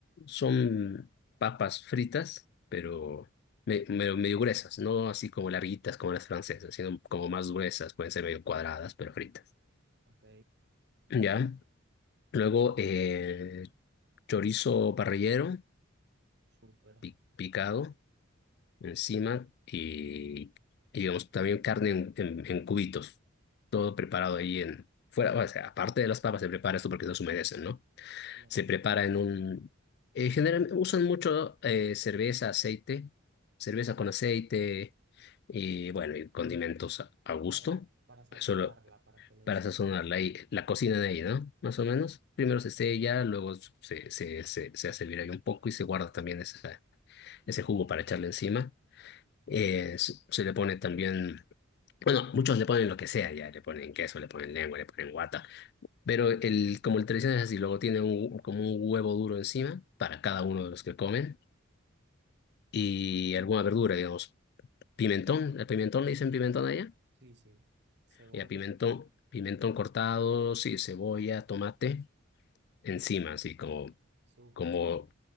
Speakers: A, on the left (about 50°); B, on the right (about 55°).
A: son papas fritas, pero me- medio, medio gruesas, no así como larguitas como las francesas, sino como más gruesas, pueden ser medio cuadradas, pero fritas.
B: Ok,
A: ¿Ya? Luego, eh, chorizo parrillero
B: súper.
A: pi- picado encima y, y, digamos, también carne en, en- en cubitos. Todo preparado ahí en... Fuera, o sea, aparte de las papas se prepara esto porque no se humedecen, ¿no?
B: Claro,
A: Se prepara en un... eh, generalmente usan mucho eh, cerveza, aceite, cerveza con aceite y, bueno, y condimentos a, a gusto.
B: claro, para sazonarla,
A: Solo
B: para que le
A: para
B: dé sabor.
A: sazonar la, la cocina de ahí, ¿no? Más o menos. Primero se sella, luego se, se, se, se hace hervir ahí un poco y se guarda también esa ese jugo para echarle encima. Eh, se se le pone también, bueno, muchos le ponen lo que sea ya, le ponen queso, le ponen lengua, le ponen guata, pero el, como el tradicional es así, luego tiene un, como un huevo duro encima para cada uno de los que comen y alguna verdura, digamos, pimentón, el pimentón le dicen pimentón allá,
B: Sí, sí, cebolla,
A: y pimentón, pimentón cortado, sí, cebolla, tomate encima, así como,
B: súper.
A: como,